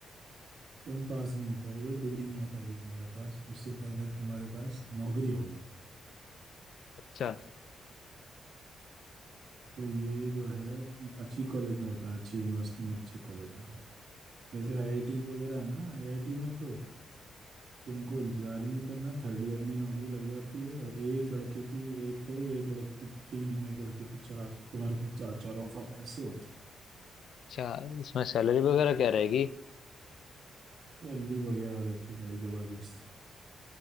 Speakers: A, on the right; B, on the left.
A: तुम पास नहीं हो पाओगे डिग्री नहीं आ पाएगी तुम्हारे पास उससे पहले तुम्हारे पास नौकरी होगी
B: अच्छा
A: तो ये जो है अच्छी कॉलेज में होता है अच्छी यूनिवर्सिटी में अच्छी कॉलेज में जैसे आईआईटीज वगैरह है ना आईआईटी में तो तुमको इंतजार ही नहीं करना थर्ड ईयर में ही नौकरी लग जाती है और एक लड़के की एक थोड़ी एक लड़के की तीन एक लड़के की चार तुम्हारे पास चार चार ऑफर ऐसे होती है
B: अच्छा इसमें सैलरी वगैरह क्या रहेगी
A: सैलरी बढ़िया रहती है भाई जबरदस्त